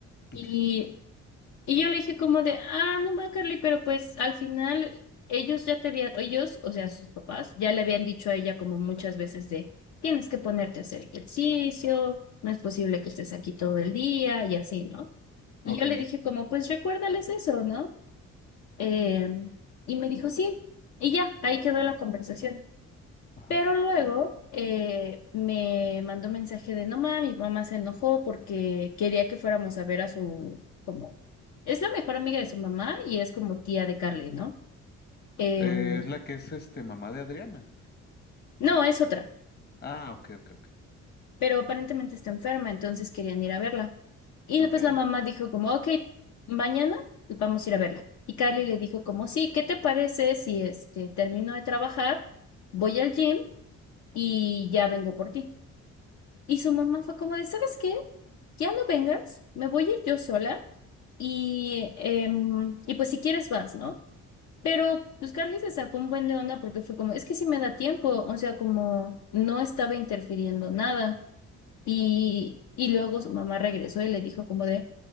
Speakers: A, on the left; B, on the left.
A: Y,
B: Ok,
A: y yo le dije como de, ah, no va, Carly, pero pues al final ellos ya te habían, ellos, o sea, sus papás, ya le habían dicho a ella como muchas veces de, tienes que ponerte a hacer ejercicio, no es posible que estés aquí todo el día y así, ¿no?
B: ok,
A: Y yo le dije como, pues recuérdales eso, ¿no? Em, y me dijo, sí. Y ya, ahí quedó la conversación.
B: ajá.
A: Pero luego eh, me mandó mensaje de no mami, mi mamá se enojó porque quería que fuéramos a ver a su, como, es la mejor amiga de su mamá y es como tía de Carly, ¿no? Em,
B: Eh, es la que es este mamá de Adriana.
A: no, es otra,
B: Ah, ok, ok, ok.
A: pero aparentemente está enferma, entonces querían ir a verla. Y
B: Ok.
A: después la mamá
B: <laughs>
A: dijo como, ok, mañana vamos a ir a verla. Y Carly le dijo como, sí, ¿qué te parece si este, termino de trabajar, voy al gym y ya vengo por ti? Y su mamá fue como de, ¿sabes qué? Ya no vengas, me voy a ir yo sola y, em, y pues si quieres vas, ¿no? Pero pues Carly se sacó un buen de onda porque fue como, es que si me da tiempo, o sea, como no estaba interfiriendo nada. Y, y luego su mamá regresó y le dijo como de,